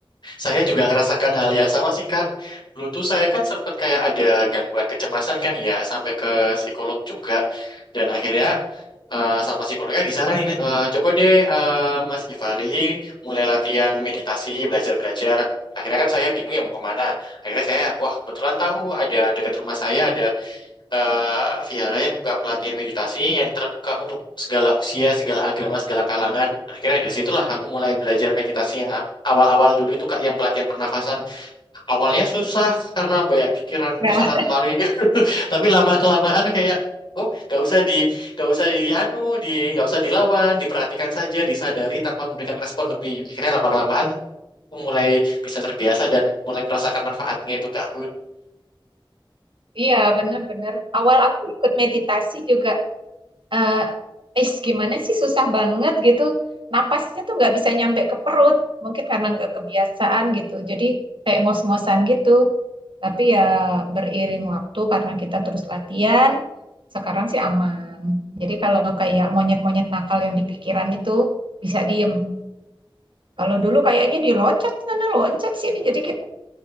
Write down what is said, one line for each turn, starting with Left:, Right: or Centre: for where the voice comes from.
Left: Saya juga ngerasakan hal yang sama sih, Kak. Dulu tuh saya kan sempat kayak ada gangguan kecemasan kan ya, sampai ke psikolog juga. Dan akhirnya eh, sama psikolognya disaranin, eh, coba deh eh, Mas Givari mulai latihan meditasi, belajar-belajar. Akhirnya kan saya bingung ya mau kemana. Akhirnya saya, wah kebetulan tahu ada dekat rumah saya ada eh vihara yang buka pelatihan meditasi yang terbuka untuk segala usia, segala agama, segala kalangan. Akhirnya dari situlah aku mulai belajar meditasi yang a- awal-awal dulu itu Kak yang pelatihan pernafasan. Awalnya susah karena banyak pikiran
Right: Ya,
Left: ke sana kemari, <laughs> tapi lama-kelamaan kayak Oh, nggak usah di, nggak usah di anu, di, nggak usah dilawan, diperhatikan saja, disadari tanpa memberikan respon lebih. Akhirnya lama kelamaan mulai bisa terbiasa dan mulai merasakan manfaatnya itu Kak.
Right: iya bener-bener. Awal aku ikut meditasi juga, eh "Ih, gimana sih susah banget gitu. Napasnya tuh nggak bisa nyampe ke perut. Mungkin karena nggak kebiasaan gitu. Jadi kayak ngos-ngosan gitu. Tapi ya beriring waktu karena kita terus latihan, sekarang sih aman. Jadi kalau kayak monyet-monyet nakal yang di pikiran itu bisa diem. Kalau dulu kayaknya diloncat sana, loncat sini. Jadi kita